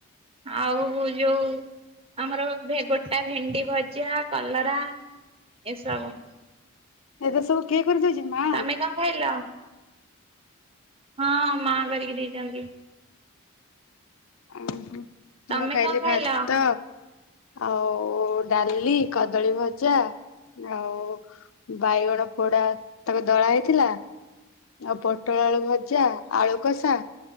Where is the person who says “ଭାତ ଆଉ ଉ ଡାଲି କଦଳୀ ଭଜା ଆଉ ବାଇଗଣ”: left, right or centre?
Left